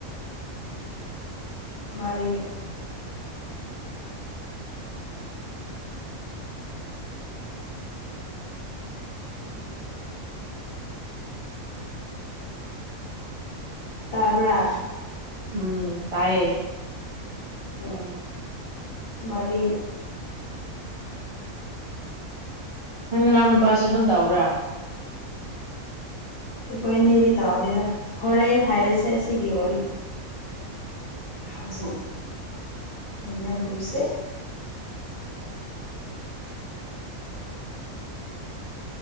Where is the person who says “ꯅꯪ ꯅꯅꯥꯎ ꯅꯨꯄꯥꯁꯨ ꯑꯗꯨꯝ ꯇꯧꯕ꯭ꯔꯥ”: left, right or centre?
Right